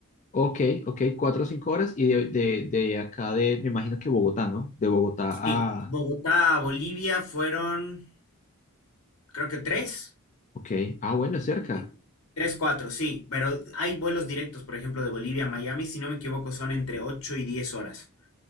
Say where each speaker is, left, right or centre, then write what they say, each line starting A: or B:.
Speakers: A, on the left (about 35°); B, on the left (about 80°).
A: ok, ok, cuatro o cinco horas. Y de, de, de acá de, me imagino que Bogotá, ¿no? De Bogotá
B: Sí,
A: a...
B: Bogotá a Bolivia fueron, creo que tres.
A: Ok, ah, bueno, es cerca.
B: Sí, Tres, cuatro, sí, pero hay vuelos directos, por ejemplo, de Bolivia a Miami, si no me equivoco, son entre ocho y diez horas.